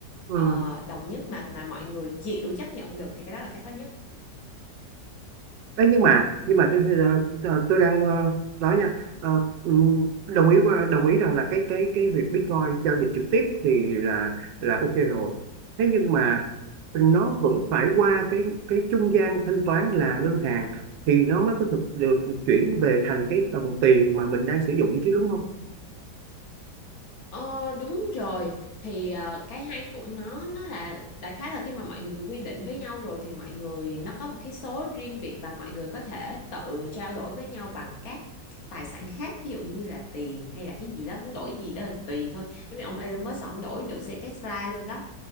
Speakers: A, on the right; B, on the left.
A: ừ
B: Ờ, đồng nhất mà mà mọi người chịu chấp nhận được thì cái đó là cái khó nhất
A: Ê, nhưng mà nhưng mà tôi tôi, tôi đang ờ, nói nha Ờ, ừ, đồng ý qua đồng ý rằng là cái cái cái việc Bitcoin giao dịch trực tiếp thì là là ok rồi thế nhưng mà nó vẫn phải qua cái cái trung gian thanh toán là ngân hàng thì nó mới có thực được, được chuyển về thành cái đồng tiền mà mình đang sử dụng chứ đúng không
B: Ờ, đúng rồi thì ờ, cái hay của nó nó là đại khái là khi mà mọi người quy định với nhau rồi thì mọi người nó có một cái số riêng biệt và mọi người có thể tự trao đổi với nhau bằng các tài sản khác ví dụ như là tiền hay là cái gì đó muốn đổi gì đó là tùy thôi giống như ông Elon Musk ông đổi được xe Tesla luôn đó